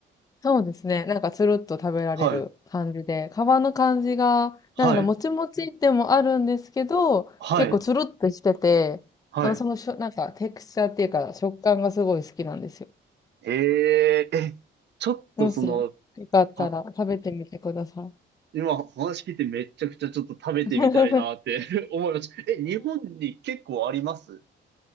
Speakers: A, on the left; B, on the right.
A: そうですね。なんかつるっと食べられる感じで、
B: はい、
A: 皮の感じが、
B: はい、
A: なんだろう、もちもちでもあるんですけど、
B: はい、
A: 結構つるっとしてて、
B: はい。
A: あの、そのしょ、なんかテクスチャーっていうか食感がすごい好きなんですよ。
B: えええ、ちょっとその、
A: もし、よかったら食べてみてください。
B: は今お話聞いてめちゃくちゃちょっと食べてみたいなって
A: <laughs>
B: <laughs> 思いました。え、日本に結構あります